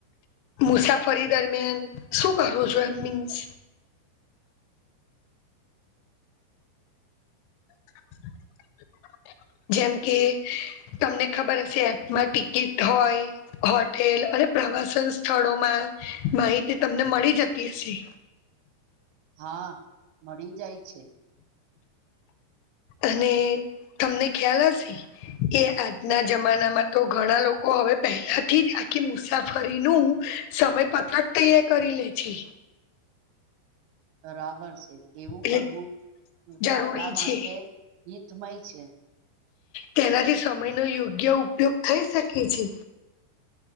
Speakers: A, on the left; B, on the right.
A: મુસાફરી દરમિયાન શું કરો છો એમ મીન્સ <unintelligible> જેમ કે તમને ખબર હશે એપમાં ટિકિટ હોય હોટેલ અને પ્રવાસન સ્થળોમાં માહિતી તમને મળી જતી હશે.
B: હા, મળી જાય છે.
A: અને તમને ખ્યાલ આવી એ આજના જમાનામાં તો ઘણા લોકો હવે પહેલાથી જ આખી મુસાફરીનું સમય પથક ત્યાર કરી લે છે,
B: બરાબર છે એવું
A: એટલે
B: કરવું
A: જરૂરી
B: આપણા માટે
A: છે
B: હિતમય છે,
A: તેનાથી સમય નો યોગ્ય ઉપયોગ થઈ શકે છે